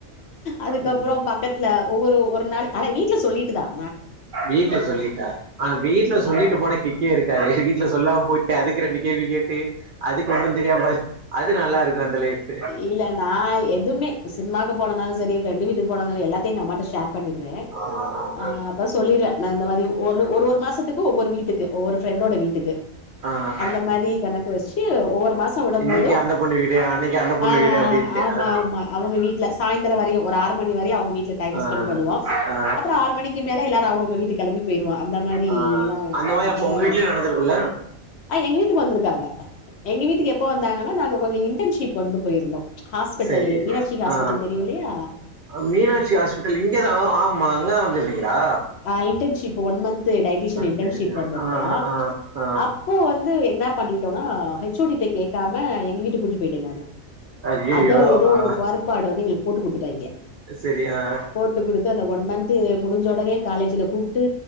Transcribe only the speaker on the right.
ம்.
வீட்லசொல்லிட்டா ஆ வீட்ல சொல்லிட்டு
போனா கிக்கே இருக்காது வீட்ல சொல்லாம போய் க அதுக்கு ரெண்டு கேள்வி கேட்டு அதுக்கு ஒண்ணு தெரியாம அது நல்லா இருக்கு அந்த லைஃப்
ம்
ஆஹ
இன்னைக்கு
அந்த பொண்ணு வீடு அன்னைக்கு அந்த பொண்ணு
வீடு அப்டின்ட்டு
ஆ
ஆ
ஆ
ஆ
மாரி
அப்ப உங்க
வீட்லையு நடந்துருக்குல்ல
சரி
ஆ
மீனாட்சி ஹாஸ்பிட்டல் இங்கதா ஓ ஆமா அங்கதா வந்துட்ந்தீங்களா
சரி சரி
ஆ ஆ
ஆ ஆ
ஐயையோ
ஆ
சரி ஆ